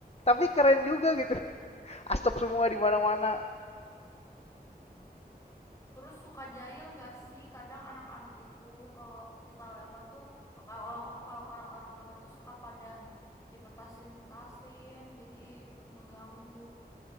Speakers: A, on the left (about 40°); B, on the left (about 20°).
A: Tapi keren juga gitu.
B: Ih.
A: Asap semua di mana-mana.
B: Terus suka jahil nggak sih? Kadang anak-anak itu kalau kita lewat tuh, kalau kalau orang-orang lewat tuh suka pada dipetasin-petasin, jadi ngeganggu.